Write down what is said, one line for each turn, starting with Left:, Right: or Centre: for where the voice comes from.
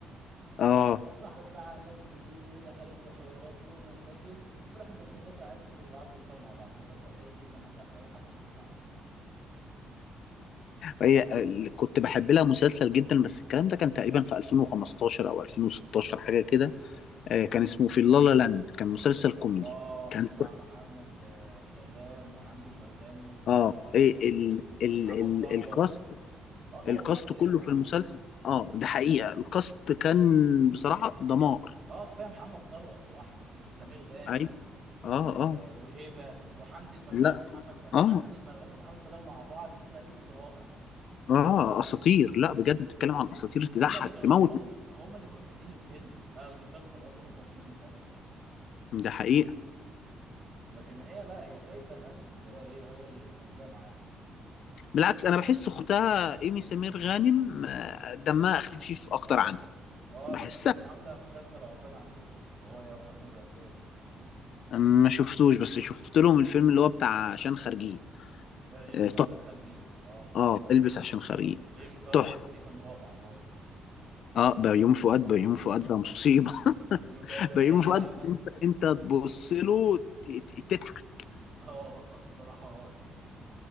Left: اه
Right: اتصاحبت بقى على ناس جديد ودخلت في حوارات ومشاكل وفي الاخر بنت خالتها عرفت وقعدوا يتخانقوا مع بعض مسلسل هايف جدا ما انصحش اي حد بالفرجه عليه
Left: هي اللي كنت بحب لها مسلسل جدا بس الكلام ده كان تقريبا في 2015 او 2016 حاجه كده آه،
Right: مم.
Left: كان اسمه في اللالا لاند كان مسلسل كوميدي
Right: اه
Left: كان
Right: بتاع محمد آه، سلام وحمدي المرغني وسمير
Left: اه
Right: غانم
Left: إيه ال ال
Right: ومحمد
Left: ال
Right: ثروت
Left: الكاست
Right: اه
Left: الكاست
Right: هو الكاست اللي
Left: كله
Right: كان محليه
Left: في المسلسل اه ده حقيقه الكاست كان بصراحه دمار
Right: اه كفايه محمد ثروت لوحده وسمير غانم
Left: ايوه
Right: و...
Left: اه اه
Right: وهبه وحمدي المرغني
Left: لا
Right: ومحمد سلام
Left: اه
Right: حمدي المرغني ومحمد سلام مع بعض كده ميكس رائع
Left: اه اساطير لا بجد بتتكلم عن اساطير تضحك
Right: هم اللي كانوا
Left: تموت
Right: هم, هم اللي كانوا شايلين الفيلم آه المسلسل قصدي هم اللي كانوا شايلين المسلسل
Left: ده حقيقه
Right: لكن هي لا هي جايبه ناس اللي هو ايه هي اللي سنداه معاها
Left: بالعكس انا بحس اختها ايمي سمير غانم آه، دمها خفيف اكتر عنها
Right: اه
Left: بحس
Right: بس كانت عامله مسلسل عقبال عندكم هو يا وحسن الرداد
Left: ما شفتوش بس شفت لهم الفيلم اللي هو بتاع عشان خارجين
Right: البس
Left: آه، تحفة
Right: عشان خارجين اه
Left: اه البس عشان خارجين
Right: بيومي فؤاد
Left: تحفة
Right: برضه فيه كان رائع برضه
Left: اه بيومي فؤاد بيومي فؤاد ده مصيبة <laughs>
Right: بيومي فؤاد ده في
Left: بيومي
Right: اي
Left: فؤاد
Right: عمل
Left: انت انت تبص له ت- ت- تضحك
Right: اه <laughs> صراحه اه